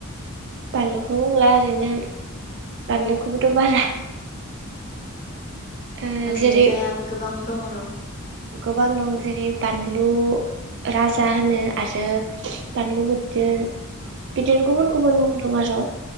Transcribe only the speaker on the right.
बानलुखौ बुंला ओरैनो बानलुखौबोथ बारा ओ
जेरै
गोबां दं जेरै बानलु राजा होनो आरो बानलुफोरदो बिदिनो गुबुन गुबुन म दंआरो